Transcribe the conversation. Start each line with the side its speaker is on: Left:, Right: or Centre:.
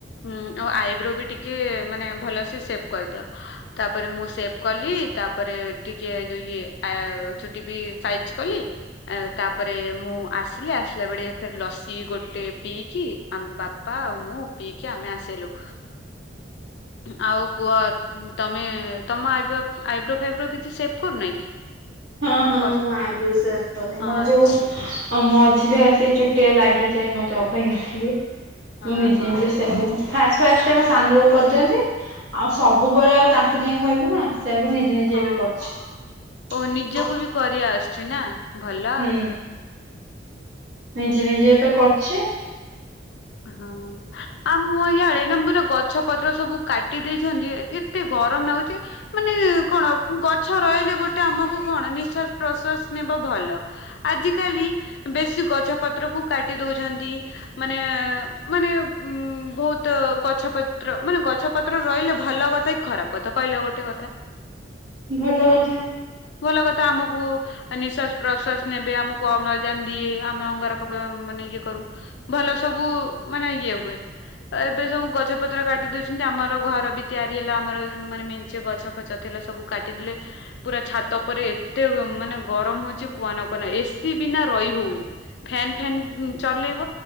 Left: ହୁଁ ଆଉ ଆଇବ୍ରୋ ବି ଟିକେ ମାନେ ଭଲସେ ସେଭ କରିଦିଅ, ତାପରେ ମୁଁ ସେଭ୍ କଲି ତା ତାପରେ ଟିକେ ଯଉ ଇଏ ଚୁଟି ବି ସାଇଜ କଲି ତାପରେ ମୁଁ ଆସିଲି ଆସିଲା ବେଳେ ଫର ଲସି ଗୋଟେ ପିଇଛି ଆମ ବାପା ହ ମୁଁ ପଇକି ଆମେ ଆସିଲୁ ଆଉ କୁହ ତମେ ତମ ଆଇବ୍ରୋ ଫାଇବ୍ରୋ କିଛି ସେଭ କରୁନା କି?
Right: ହଁ
Left: ତମକୁ
Right: ହଁ
Left: ପସ
Right: ମୁଁ ଆଇବ ସେପ
Left: ହଁ
Right: ମୋ ଯୋଉ
Left: ଅଛି।
Right: ଆଉ ମଁ ମଝ ବି ଆସି ଚୁଟିଆ ଲାଗିଯାଏ, ମତେ ଅପେକ୍ଷା ଲାଗି
Left: ଓହୋ
Right: ମୁଁ ନିଜେ ନିଜେ ସେ ଆଉ। ଫାଷ୍ଟ ଫାଷ୍ଟ ମୋ ସାନକୁ କରିଦିଅନ୍ତି, ଆଉ ସବୁବେଳେ ଆଉ ତାଙ୍କୁ ଯାଇ କହିବୁ ନା ସେୟକୁ ନିଜେ ନିଜେ
Left: ହଁ
Right: ଏବେ କରିଛି।
Left: ଓ ନିଜକୁ ବି କରି ଆସୁଚୁ ନା ଭଲ ଆଉ।
Right: ହୁଁ ନିଜେ ନିଜେ ଏବେ କରଛି
Left: ହଁ ଆ ମୁ ଏ ଲେମ୍ବୁ ର ଗଛ ପତ୍ର ସବୁ କାଟି ଦେଇଛନ୍ତି କେତେ ଗରମ ନାଗଉଛି ମାନେ କଣ ଗଛ ରହିଲେ ଗୋଟେ ଆମକୁ କଣ ନି ଶଵାସ ପ୍ରଶ୍ସ ନେବ ଭଲ ଆଜିକାଲି ବେଶୀ ଗଛ ପତ୍ର କୁ କାଟି ଦଉଛନ୍ତି ମାନେ ବହୁତ ଗଛ ପତ୍ର ମାନେ ଗଛ ପତ୍ର ରହିଲେ ଭଲ କଥା, କି ଖରାପ କଥା କହିଲ ଗୋଟେ କଥା ହ
Right: ଭଲ କଥା।
Left: ଭଲ କଥା ଆମକୁ ନିଶ୍ଵାସ ପ୍ରଶ୍ୱସ ନେବେ ଆମକୁ ଅମ୍ଳଜାନ ଦିଏ ଆମେ ଅଙ୍ଗାର କପା ମାନେ ଇଏ କରୁ ଭଲ ସବୁ ମାନେ ଇଏ ହୁଏ। ଏବେ ସବୁ ଗଛ ପତ୍ର କାଟି ଦଉଛନ୍ତି, ଆମର ଘର ବି ତିଆରି ହେଲା ଆମର ମାନେ ମେ ଗଛ ପଛ ଥିଲା ସବୁ କାଟିଦେଲେ ପୁରା ଛାତ ପରେ ଏତେ ମାନେ ଗରମ ହଉଚ କୁହ କୁହ ଏସି ବି ରହିଉନି ଫ ଫ ଚେଇ